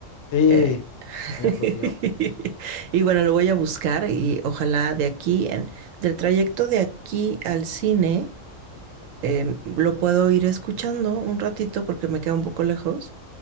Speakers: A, on the left; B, on the right.
A: Sí,
B: Eh,
A: muy
B: <laughs>
A: apropiado.
B: Y bueno, lo voy a buscar y ojalá de aquí, en, del trayecto de aquí al cine, eh, lo puedo ir escuchando un ratito porque me queda un poco lejos.